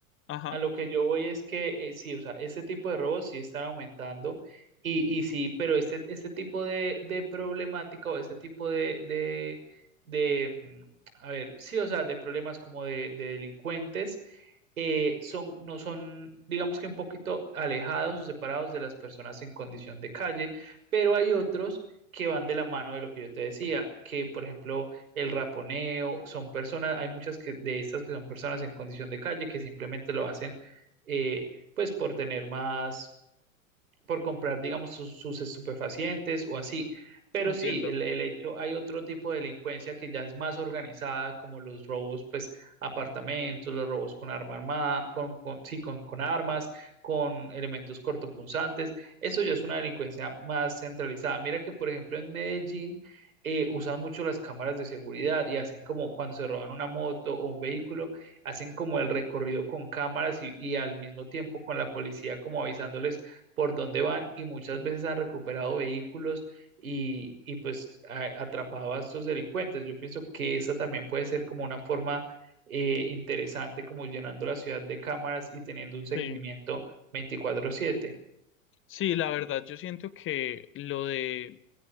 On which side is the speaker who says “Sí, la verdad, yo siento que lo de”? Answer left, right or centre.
Left